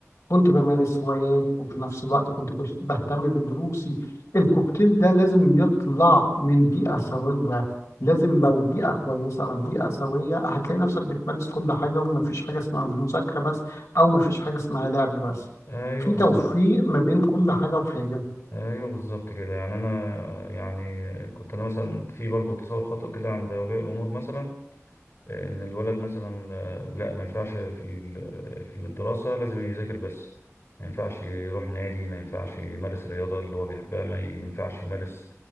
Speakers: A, on the left; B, on the left.
A: كنت بمارس هوايات وفي نفس الوقت كنت بش- بهتم بدروسي الكوكتيل ده لازم يطلع من بيئة سوية لازم لو بيئة كويسة أو بيئة سوية هتلاقي نفسك بتمارس كل حاجة ومفيش حاجة اسمها مذاكرة بس أو مفيش حاجة اسمها لعب بس
B: أيوه
A: في
B: بالظبط
A: توفيق ما بين كل حاجة وحاجة
B: أيوه بالظبط كده يعني أنا يعني كنت أنا مثلا في برضه تصور خاطئ كده عند أولياء الأمور مثلا ان الولد مثلا آه، لا ما ينفعش في ال- في الدراسة لازم يذاكر بس ما ينفعش يروح نادي ما ينفعش يمارس رياضة اللي هو بيحبها ما ينفعش يمارس